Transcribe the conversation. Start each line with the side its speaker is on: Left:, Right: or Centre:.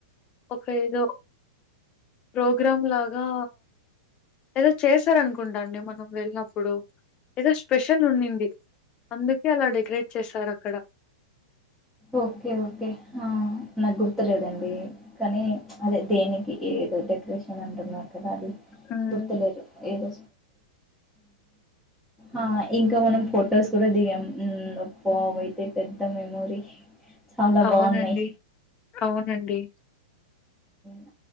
Left: ఒక ఏదో ప్రోగ్రాం లాగా ఏదో చేశారనుకుంటా అండి మనం వెళ్ళినప్పుడు ఏదో స్పెషల్ ఉన్నింది అందుకే అలా డెకరేట్ చేసారు అక్కడ
Centre: ఓకే ఓకే ఆ నాకు గుర్తులేదండి కానీ అదే దేనికి ఏదో డెకరేషన్ అంటున్నారు కదా అది
Left: ఉమ్
Centre: గుర్తులేరు ఏదో ఆ ఇంకా మనం ఫొటోస్ కూడా దిగాం హ్మ్ అబ్బా అవి అయితే పెద్ద మెమోరీ చాలా
Left: అవునండి
Centre: బాగున్నాయి
Left: అవునండి
Centre: ఉ